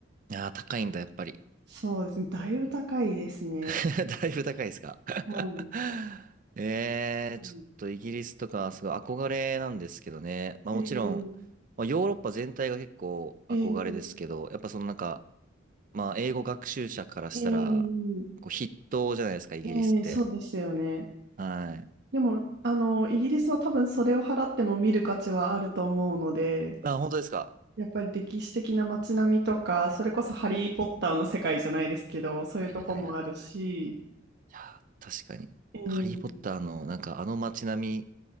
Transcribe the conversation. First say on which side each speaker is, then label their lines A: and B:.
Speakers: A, on the right; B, on the right.
A: ああ、高いんだ、やっぱり。
B: そうですね、だいぶ高いですね。
A: <laughs> だいぶ高いですか。
B: はい。
A: <laughs> ええー、
B: うん
A: ちょっとイギリスとか、すごい憧れなんですけどね。まあ、
B: えー、
A: もちろん、まあ、ヨーロッパ全体が結構憧れですけど、
B: えー、
A: やっぱそのなんか、まあ、英語学習者からしたら、
B: えー、
A: こう筆頭じゃないですか、イギリスって。
B: えーそうですよね。
A: はい。
B: でも、あの、イギリスは多分それを払っても見る価値はあると思うので、
A: あ、本当ですか。
B: やっぱり歴史的な街並みとか、それこそハリー・ポッターの世界じゃないですけど、そういうとこもあるし、
A: はいはい。いや、確かに。
B: えー
A: ハリー・ポッターの、なんかあの街並み